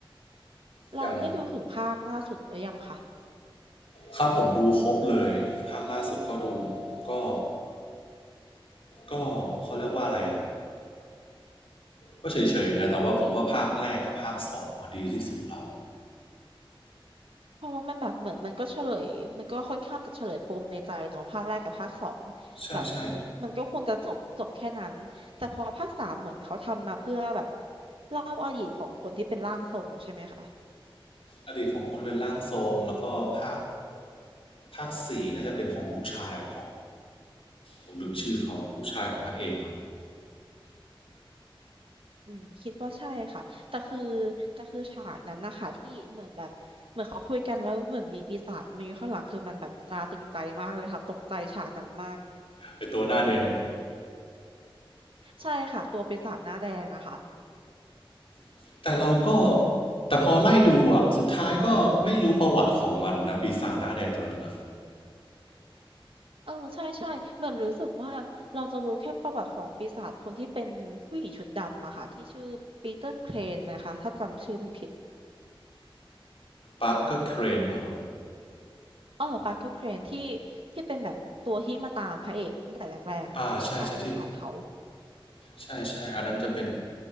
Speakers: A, on the right (about 75°); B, on the left (about 80°).
A: เราได้ดูถึงภาคล่าสุดหรือยังคะ
B: อย่างถ้าผมดูครบเลยภาคล่าสุดก็ดูก็ก็เขาเรียกว่าอะไรอ่ะก็เฉยๆนะแต่ว่าผมว่าภาคแรกกับภาคสองอะดีที่สุดแล้ว
A: เพราะว่ามันแบบเหมือนมันก็เฉลยมันก็ค่อนข้างจะเฉลยปมในใจเนาะภาคแรกกับภาคสอง
B: ใช่ใช่
A: แบบมันก็ควรจะจบจบแค่นั้นแต่พอภาคสามเหมือนเขาทำมาเพื่อแบบเล่าอดีตของคนที่เป็นร่างทรงใช่ไหมคะ
B: อดีตของคนเป็นร่างทรงแล้วก็ภาคภาคสี่น่าจะเป็นของลูกชายของผมลืมชื่อเขาลูกชายของพระเอกเนาะ
A: อืมคิดว่าใช่ค่ะแต่คือแต่คือฉากนั้นนะคะที่เหมือนแบบเหมือนเขาคุยกันแล้วเหมือนมีปีศาจมาอยู่ข้างหลังคือมันแบบตราตรึงใจมากเลยค่ะตกใจฉากนั้นมาก
B: เป็นตัวหน้าแดง
A: ใช่ค่ะตัวปีศาจหน้าแดงอะค่ะ
B: <laughs> แต่เราก็แต่พอไล่ดูอ่ะสุดท้ายก็ไม่รู้ประวัติของมันนะปีศาจหน้าแดงตัวนั้นนะ
A: เออใช่ใช่เหมือนรู้สึกว่าเราจะรู้แค่ประวัติของปีศาจคนที่เป็นผู้หญิงชุดดำอะค่ะที่ชื่อปีเตอร์เครนนะคะถ้าจำชื่อไม่ผิด
B: ปักก็เครนว่า
A: อ๋อปาร์เกอร์เครนที่ที่เป็นแบบตัวที่มาตามพระเอกตั้งแต่แรกๆอะค่ะที่ตามลูกชายเขา
B: อ่าใช่ใช่ที่ใช่ใช่อันนั้นจะเป็น